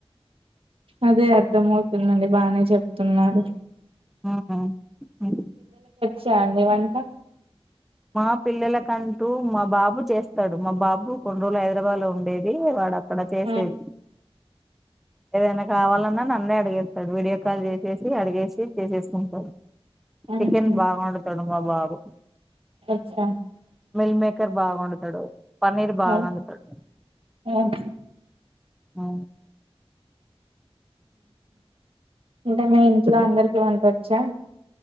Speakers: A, on the right; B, in the centre.
A: అదే అర్ధ మవు <inaudible> బానే చెప్తున్నారు
B: ఆహ్ ఆహా హ్మ్
A: చ అండి వంట
B: మా పిల్లలకంటూ మా బాబు చేస్తాడు మా బాబు కొన్ని రోజులు హైదరాబాద్ లో ఉండేది వాడ అక్కడ చేసేది
A: ఆ,
B: ఏదైనా కావాలన్నా నన్నే అడిగేస్తాడు వీడియో కాల్ చేసేసి అడిగేసి చేసేసుకుంటాడు
A: ఆహా,
B: చికెన్ బాగవండుతాడు మా బాబు
A: స
B: మిల్ మేకర్ బాగవండుతాడు పన్నీర్ బాగా
A: ఓ
B: వండుతాడు
A: ఓ
B: అ
A: అంటే మీ ఇంట్లో అందరికి వంటొచ్చా